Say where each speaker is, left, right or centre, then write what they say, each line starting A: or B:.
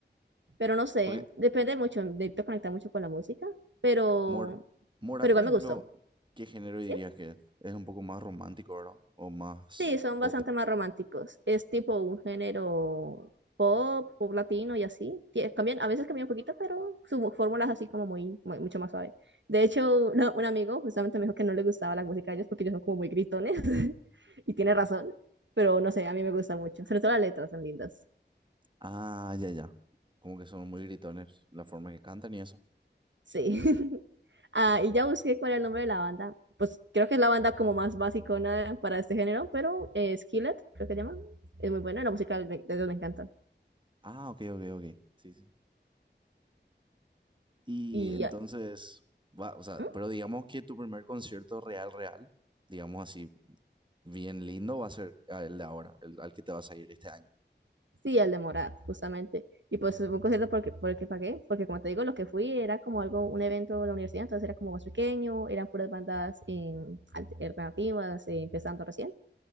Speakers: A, on the right; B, on the right.
A: Pero no sé,
B: Porque
A: depende mucho, necesito conectar mucho con la música, pero,
B: Mor Morat,
A: pero
B: por
A: igual
B: ejemplo,
A: me gustó,
B: ¿qué género dirías
A: ¿sí?
B: que es? Es un poco más romántico, ¿verdad? O más
A: Sí, son
B: pop.
A: bastante más románticos. Es tipo un género pop, pop latino y así. que Cambian, a veces cambian un poquito, pero su fórmula es así como muy, muy- mucho más suave. De hecho, una- un amigo justamente me dijo que no le gustaba la música de ellos porque ellos son como muy gritones. <laughs> Y tiene razón, pero no sé, a mí me gusta mucho. Sobre todo las letras son lindas.
B: Ah, ya, ya. Como que son muy gritones la forma que cantan y eso.
A: Sí. <laughs> Ah, y ya busqué cuál era el nombre de la banda. Pues creo que es la banda como más basicona para este género, pero eh, Skillet, creo que se llama. Es muy buena, la música de de ellos me encanta.
B: Ah, ok, ok, ok. Sí, sí. Y
A: Y
B: entonces,
A: ya-
B: va, o sea,
A: ¿Mm?
B: pero digamos que tu primer concierto real, real, digamos así, bien lindo, va a ser el de ahora, el al que te vas a ir este año.
A: sí, el de Morat, justamente. Y pues fue un concierto porque, por el que pagué, porque como te digo, lo que fui era como algo, un evento de la universidad, entonces era como más pequeño, eran puras bandas eh, alternativas, eh, empezando recién.